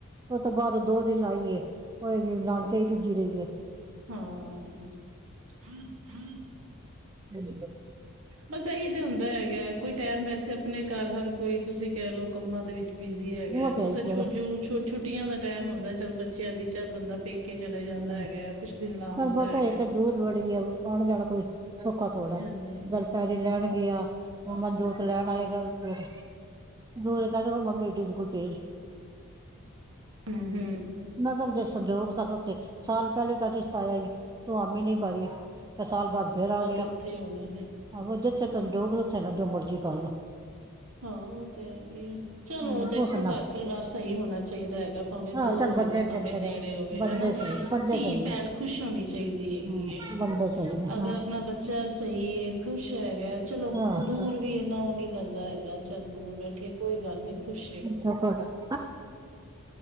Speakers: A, on the right; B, on the right.
A: ਉਹ ਤੋਂ ਬਾਅਦ ਦੋ ਦਿਨ ਲਾਈਏ ਹੋਏ ਨਾਨਕੇ ਦੀ ਰੁੱਜੀ ਰਹੀਏ
B: ਹਾਂੰ
A: ਹਮ ਹ
B: ਬਸ ਇਹੀ ਤੇ ਹੁੰਦਾ ਹੈਗਾ ਕੋਈ ਟਾਈਮ ਵੈਸੇ ਆਪਣੇ ਘਰ ਹਰ ਕੋਈ ਤੁਸੀਂ ਕਹਿ ਲਓ ਕੰਮਾਂ ਦੇ ਵਿੱਚ ਬਿਜੀੀ ਹੈਗਾ
A: ਉਹ
B: ਹੈ
A: ਤੇ
B: ਤੁਸੀ
A: ਆਈ ਫੇਰ
B: ਛਜ ਛੁੱਟੀਆਂ ਦਾ ਟਾਈਮ ਆਉਂਦਾ ਚੱਲ ਬੱਚਿਆਂ ਦੀ ਚੱਲ ਬੰਦਾ ਪੇਕੇ ਚਲੇ ਜਾਂਦਾ
A: ਹਮ
B: ਹੈਗਾ ਕੁਛ ਦਿਨ ਲਾ
A: ਚੱਲ
B: ਆਂਦਾ
A: ਪਤਾ
B: ਹੈਗਾ,
A: ਇਥੇ ਦੂਰ ਬੜੀ ਆ ਆਉਣ ਜਾਣਾ ਕੋਈ ਆ ਥੋੜਾ
B: ਹਾਂਜੀ,
A: ਖੜੇ ਪੈਰੀ ਲੈਣਗੇ ਹੁਣ ਮੰਨਜੋ ਤੇ ਲੈਣ ਆਏਗਾ ਫਿਰ ਦੂਰੇ ਕਹਿੰਦੇ ਮੰਮੀ ਦ ਦ ਕੋਲ ਪੇਜ
B: ਹਮ ਹਮ
A: ਨਗਰ ਦੇ ਸਹਿਯੋਗ ਸਾਨੂੰ ਤੇ ਸਾਲ ਪਹਿਲੇ ਤੁਹਾਡੀੇ ਸਤਾਇਆ ਸੀ ਤੂੰ ਆਮੀ ਨੀ ਪਾਰੀ ਤੇ ਸਾਲ ਬਾਅਦ ਫੇਰ ਆ ਗਿਆ
B: ਤੇ ਉੱਥੇ ਹੀ ਹੋਣੇ ਨੇ।
A: ਹਾਂ ਜਿੱਥੇ ਤਨੂੰ ਜੋ ਮ ਉੱਥੇ ਨਾ ਜੋ ਮਰਜ਼ੀ ਚਲ
B: ਹਹੋ ਉਹ ਤੇ ਇਹੀ ਹੈ ਚਲੋ
A: ਹੂੰ
B: ਦੇਖੋ
A: ਤੂੰ ਸੁਣਾ
B: ਘਰ
A: ਹੂੰ
B: ਫਿਰ ਬਾਹਾਰ ਸਹੀ ਹੋਣਾ ਚਾਹੀਦਾ ਹੈਗਾ ਭਾਵੇਂ
A: ਆਹੋ
B: ਦੂਰ
A: ਚੱਲ
B: ਹੋਵੇ
A: ਬੰਦੇ
B: ਤੇ
A: ਚੰਗੇ
B: ਭਾਵੇਂ ਨੇੜੇ
A: ਨੇ
B: ਹੋਵੇ
A: ਬੰਦੇ
B: ਹਨਾ
A: ਸਹੀ ਬੰਦੇ
B: ਧੀ
A: ਸਹੀ ਨੇ
B: ਭੈਣ ਖੁਸ਼ ਹੋਣੀ ਚਾਹੀਦੀ ਹੈਗੀ
A: ਹਮ
B: ਹੈ
A: ਬੰਦੇ ਸਹੀ ਨੇ
B: ਅਗਰ
A: ਹਾਂ
B: ਆਪਣਾ ਬੱਚਾ ਸਹੀ ਖੁਸ਼ ਹੈਗਾ ਚਲੋ
A: ਆਹੋ
B: ਦੂਰ ਵੀ ਇੰਨਾ ਉਹ ਨੀ ਕਰਦਾ ਹੈਗਾ ਚੱਲ ਦੂਰ ਬੈਠੇ ਕੋਈ ਗੱਲ ਨੀ ਏ
A: ਛਕ <unintelligible>